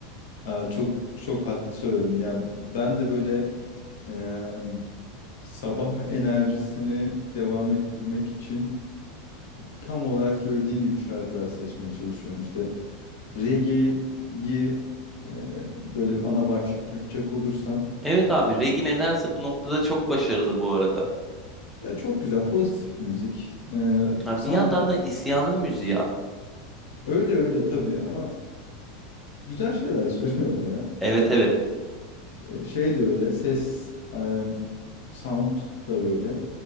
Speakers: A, on the left; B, in the centre.
A: Aa, çok çok haklı söyledin. Ya b- ben de böyle em, sabah enerjisini devam ettirmek için tam olarak söylediğin gibi şarkılar seçmeye çalışıyorum. İşte reggae'yi e, böyle bir ana başlık yapacak olursam
B: Evet abi Regi nedense bu noktada çok başarılı bu arada.
A: Ya çok güzel, pozitif müzik, e,
B: Ha,
A: sound.
B: bir yandan da isyanın müziği ya.
A: Öyle öyle tabii ama güzel şeyler <laughs> söylüyorlar ya.
B: Evet evet.
A: E, şey de öyle, ses, e, sound da öyle.